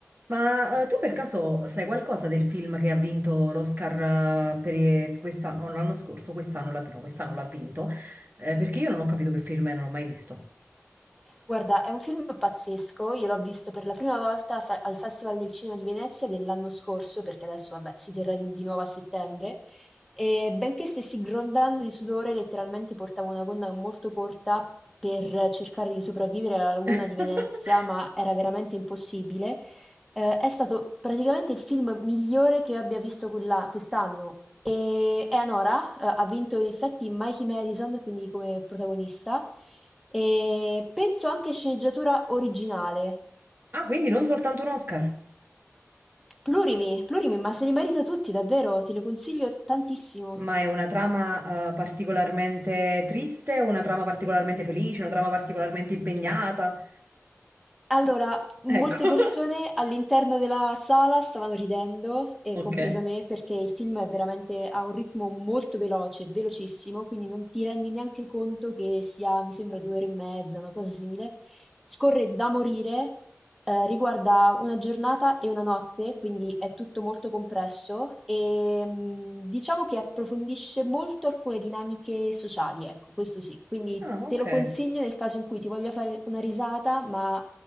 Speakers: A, on the right; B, in the centre.
A: Ma eh, tu per caso sai qualcosa del film che ha vinto l'Oscar eh, per eh, quest'anno, no, l'anno scorso, quest'anno l'ha no, quest'anno l'ha vinto, Eh, perché io non ho capito che film è, non l'ho mai visto.
B: Guarda, è un film pazzesco, io l'ho visto per la prima volta fe- al Festival del Cinema di Venezia dell'anno scorso, perché adesso, vabbè, si terrà di, di nuovo a settembre, e benché stessi grondando di sudore, letteralmente portavo una gonna molto corta per cercare di sopravvivere alla laguna
A: <laughs>
B: di Venezia, ma era veramente impossibile. Ehm, è stato praticamente il film migliore che io abbia visto quella quest'anno e Eleanora, eh, ha vinto in effetti Mikey Madison, quindi come protagonista, e penso anche sceneggiatura originale.
A: Ah, quindi non soltanto un Oscar,
B: Plurimi, Plurimi, ma se li merita tutti, davvero, te lo consiglio tantissimo.
A: ma è una trama eh, particolarmente triste, una trama particolarmente felice, una trama particolarmente impegnata.
B: Allora, molte
A: Ecco. <laughs>
B: persone all'interno della sala stavano ridendo, e
A: Ok.
B: compresa me, perché il film è veramente a un ritmo molto veloce, velocissimo, quindi non ti rendi neanche conto che sia, mi sembra, due ore e mezza, una cosa simile. Scorre da morire, eh, riguarda una giornata e una notte, quindi è tutto molto compresso e mh, diciamo che approfondisce molto alcune dinamiche sociali, ecco, questo sì. Quindi
A: Ah, ok.
B: te lo consiglio nel caso in cui ti voglia fare una risata, ma